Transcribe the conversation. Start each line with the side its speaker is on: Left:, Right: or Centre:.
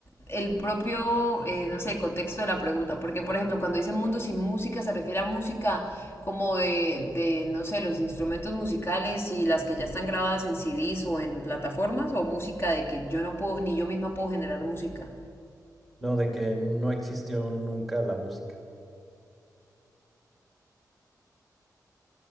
Left: el propio, eh, no sé, contexto de la pregunta. Porque, por ejemplo, cuando dice mundo sin música, se refiere a música como de, de, no sé, los instrumentos musicales y las que ya están grabadas en CDs o en plataformas, o música de que yo no puedo, ni yo misma puedo generar música.
Centre: No, de que no existió nunca la música.